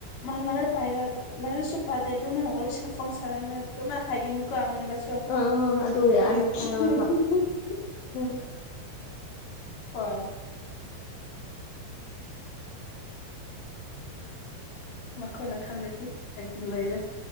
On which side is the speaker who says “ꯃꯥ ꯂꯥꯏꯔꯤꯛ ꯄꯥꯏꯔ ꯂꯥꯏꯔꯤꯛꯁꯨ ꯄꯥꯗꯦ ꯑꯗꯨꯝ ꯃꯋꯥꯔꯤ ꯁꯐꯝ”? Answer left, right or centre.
Left